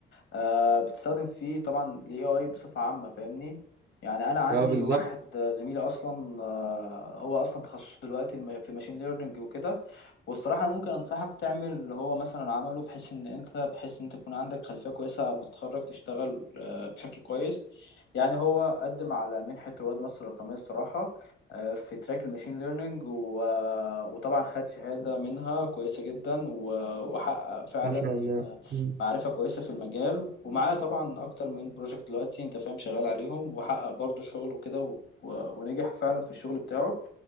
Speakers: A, on the left; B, on the right.
A: آه بتستخدم فيه طبعا الاي اي بصفه عامه فاهمني يعني انا عندي
B: اه بالظبط
A: واحد آه، زميلي اصلا آه هو اصلا تخصصه دلوقتي الم- في الماشين ليرنينج وكده والصراحه أنا ممكن انصحك تعمل اللي هو مثلا عمله بحيث ان انت بحيث ان انت تكون عندك خلفيه كويسه لما تتخرج تشتغل آه بشكل كويس يعني هو قدم على منحه رواد مصر الرقميه الصراحه في تراك الماشين ليرنينج و... وطبعا خد شهادة منها كويسة جدا و... وحقق فعلا
B: ما شاء الله مم.
A: معرفة كويسة في المجال ومعاه طبعا أكتر من بروجكت دلوقتي أنت فاهم شغال عليهم وحقق برضه شغل وكده و... و... ونجح فعلا في الشغل بتاعه